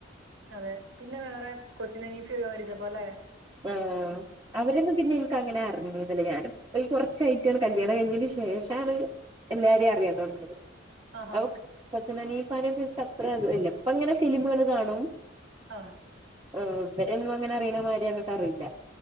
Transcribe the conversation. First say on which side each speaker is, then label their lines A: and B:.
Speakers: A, on the right; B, on the right.
A: അതെ പിന്നെ വേറെ കൊച്ചിനെ ഹനീഫ മരിച്ച ബോലേ
B: ആ അവരൊന്നും പിന്നെ എനിക്ക് അങ്ങനെ അറിങ്ങന്നില്ല ഞാനിപ്പൊ കുറ ചായിട്ടാണ് കല്യാണം കഴിഞ്ഞതിനന് ശേഷാണ് എല്ലാരെയും അറിയാൻ തുടങ്ങിയത്
A: ആഹാ
B: അവക് കൊച്ചിൻ ഹനീ പരീമ്പോ എനിക്ക് അത്ര അഗ്രില്ല ഇപ്പ അങ്ങനെ സിനിമകൾ കാണും
A: ആ
B: ഉഹ് പിന്നാ അങ്ങനെ അറിയണമാരിയ തറില്ല